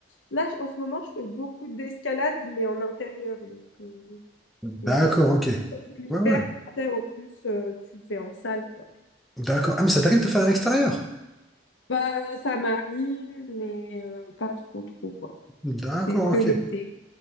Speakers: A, on the left; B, in the centre.
A: là, je- en ce moment, je fais beaucoup d'escalade, mais en intérieur. Donc, euh,
B: D'accord,
A: ouais.
B: ok.
A: Quand tout l'hiver,
B: Ouais, ouais.
A: tu sais, en plus, euh, tu fais en salle, quoi.
B: D'accord. Ah, mais ça t'arrive de faire à l'extérieur?
A: Bah, ça m'arrive, mais euh, pas trop, trop, quoi.
B: D'accord,
A: C'est que
B: ok.
A: l'été.